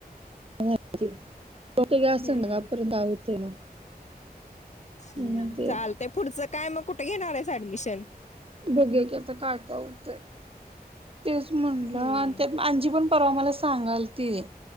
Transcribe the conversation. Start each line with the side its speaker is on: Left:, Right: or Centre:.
Right: हजे <unintelligible> होठ ग्यास
Left: हम्म.
Right: का आपंता <unintelligible> ते
Left: हम्म
Right: मग ते
Left: चालतय पुढचं? काय मग कुठे घेणार आहेस ऍडमिशन?
Right: बघूया की आता काय काय होतय. तेच म्हणलं
Left: हम्म.
Right: आणि त्यात आजी पण परवा मला सांगाल ती.